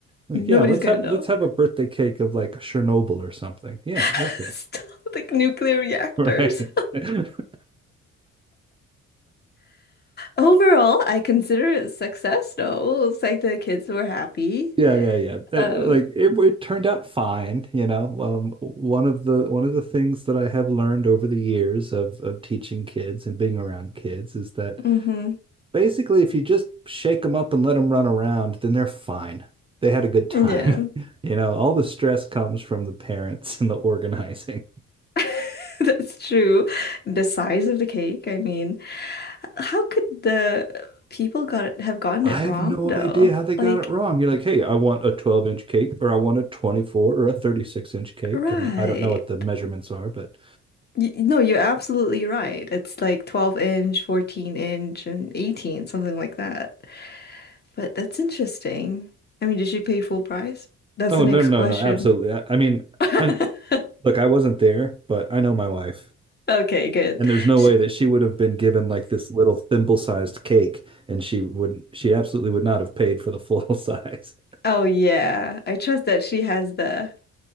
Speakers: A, on the right; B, on the left.
A: like,
B: Nobody's
A: yeah, let's
B: gonna
A: have
B: know.
A: let's have a birthday cake of like Chernobyl or something. Yeah,
B: <laughs>
A: okay,
B: Stop, like nuclear reactors.
A: <laughs> right. <laughs>
B: Overall, I consider it a success though. Looks like the kids were happy.
A: Yeah, yeah, yeah. Uh,
B: Um,
A: Like it, it turned out fine. You know, um, one of the one of the things that I have learned over the years of of teaching kids and being around kids is that
B: mhm.
A: basically, if you just shake them up and let them run around, then they're fine. They had a good time.
B: Yeah.
A: <laughs> You know, all the stress comes from the parents and the organizing.
B: <laughs> That's true. The size of the cake, I mean, how could the people got it, have gotten
A: I
B: it
A: have
B: wrong
A: no
B: though?
A: idea how they got
B: Like,
A: it wrong. You're like, hey, I want a 12 inch cake, or I want a 24 or a 36 inch cake.
B: right.
A: I mean, I don't know what the measurements are, but
B: Y no, you're absolutely right. It's like 12 inch, 14 inch, and 18, something like that. But that's interesting. I mean, did she pay full price? That's
A: oh,
B: the next
A: no, no,
B: question.
A: no, absolutely.
B: <laughs>
A: I, I mean, I look, I wasn't there, but I know my wife,
B: Okay, good.
A: and there's no
B: Sh
A: way that she would have been given like this little thimble sized cake, and she wouldn't, she absolutely would not have paid for the full <laughs> size.
B: oh yeah, I trust that she has the